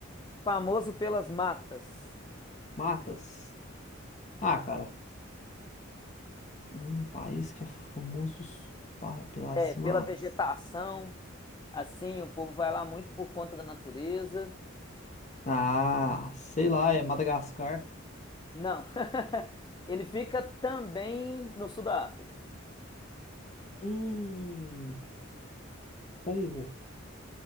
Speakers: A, on the left; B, on the left.
A: famoso pelas matas.
B: Matas. Ah, cara, um país que é famoso pa- pelas
A: É, pela
B: matas.
A: vegetação, assim, o povo vai lá muito por conta da natureza.
B: Ah, sei lá, é Madagascar.
A: Não. <laughs> Ele fica também no sul da África.
B: Hum, Congo?